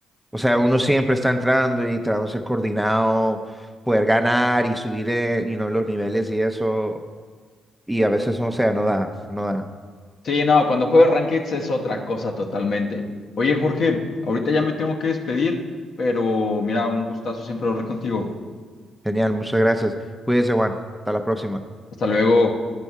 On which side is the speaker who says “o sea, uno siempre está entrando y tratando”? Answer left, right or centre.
Centre